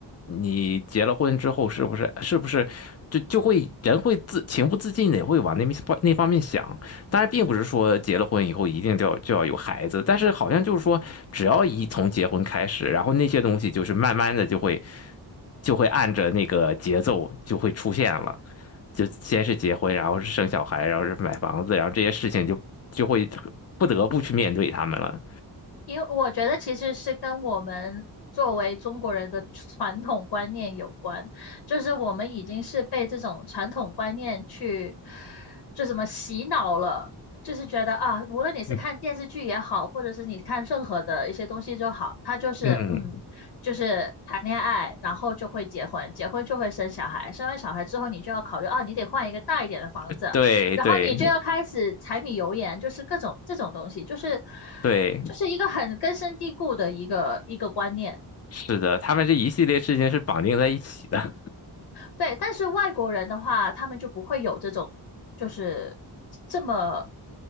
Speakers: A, on the left (about 35°); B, on the left (about 70°).
A: 你结了婚之后，是不是是不是就就会人会自情不自禁的会往那面那方面想？当然，并不是说结了婚以后一定就要就要有孩子，但是好像就是说，只要一从结婚开始，然后那些东西就是慢慢的就会就会按着那个节奏就会出现了。就先是结婚，然后是生小孩，然后是买房子，然后这些事情就就会不得不去面对他们了
B: 因为我觉得其实是跟我们作为中国人的传统观念有关，就是我们已经是被这种传统观念去，就什么洗脑了，就是觉得啊，无论你是看电视剧也好，
A: <laughs>。
B: 或者是你看任何的一些东西就好，他就是嗯，
A: 嗯，
B: 就是谈恋爱，然后就会结婚，结婚就会生小孩，生完小孩之后你就要考虑啊，你得换一个大一点的房子。
A: <laughs> 对对
B: 然后你就要开始柴米油盐，就是各种这种东西，就是
A: 对，
B: 就是一个很根深蒂固的一个一个观念。
A: 是的，他们这一系列事情是绑定在一起的。
B: 对，但是外国人的话，他们就不会有这种就是这么